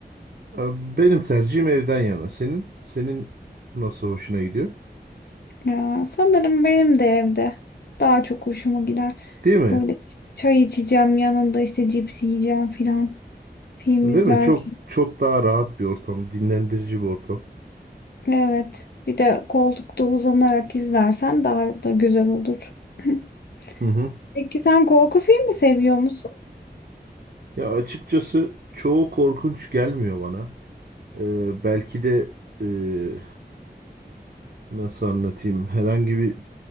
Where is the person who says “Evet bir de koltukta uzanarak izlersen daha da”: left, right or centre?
Left